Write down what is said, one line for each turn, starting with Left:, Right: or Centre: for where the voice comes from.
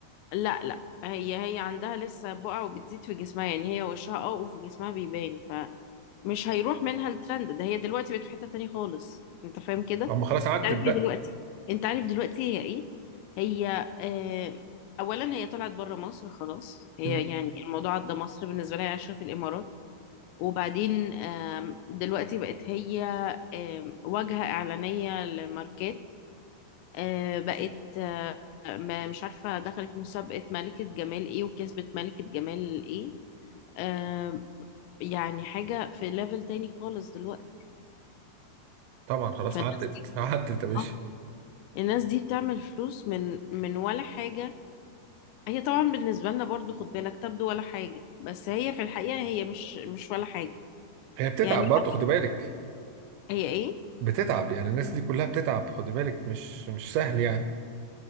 Left: لا لا هي هي عندها لسه بقع وبتزيد في جسمها يعني هي وشها اه وفي جسمها بيبان فمش هيروح منها الترند ده هي دلوقتي بقت في حتة تانية خالص انت فاهم كده انت
Right: اما خلاص عدت
Left: عارف
Right: بقى
Left: هي دلوقتي انت عارف دلوقتي هي ايه هي آه اولا هي طلعت بره مصر خلاص هي
Right: مم.
Left: يعني الموضوع عدى مصر بالنسبه لها هي عايشه في الامارات وبعدين آم، دلوقتي بقت هي آم، واجهه اعلانيه لماركات آه، بقت آه، ما- مش عارفه دخلت مسابقه ملكه جمال ايه وكسبت ملكه جمال ايه آم، يعني حاجه في ليفل تاني خالص دلوقتي
Right: طبعا خلاص
Left: فالناس
Right: عدت
Left: دي
Right: عدت يا باشا
Left: آه، الناس دي بتعمل فلوس من من ولا حاجه هي طبعا بالنسبة لنا برضو خد بالك تبدو ولا حاجة بس هي في الحقيقة هي مش مش ولا حاجة
Right: هي بتتعب
Left: يعني
Right: برضه
Left: مثلا
Right: خد بالك
Left: هي ايه
Right: بتتعب يعني الناس دي كلها بتتعب خد بالك مش مش سهل يعني